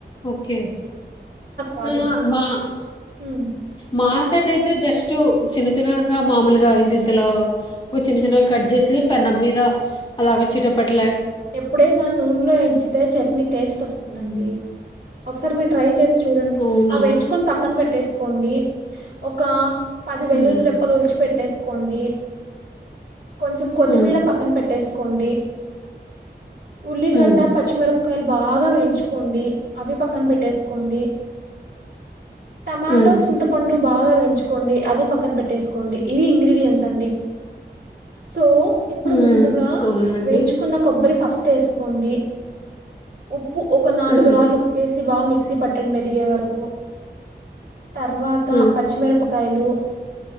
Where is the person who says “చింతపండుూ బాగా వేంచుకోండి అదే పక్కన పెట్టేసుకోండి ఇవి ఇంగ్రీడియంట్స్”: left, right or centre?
Right